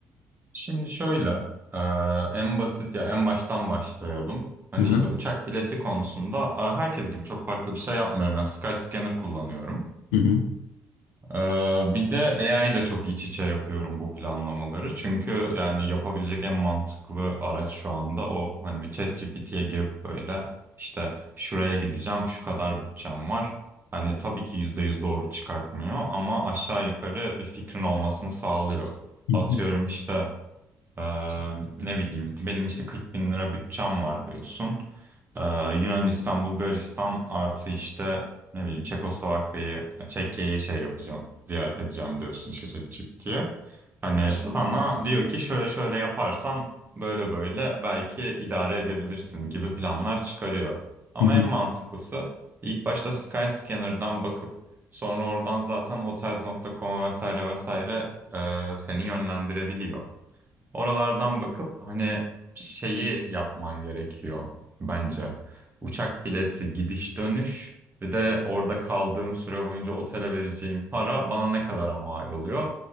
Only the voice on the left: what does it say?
Hı hı.
Hı hı.
Hı hı.
Hı hı.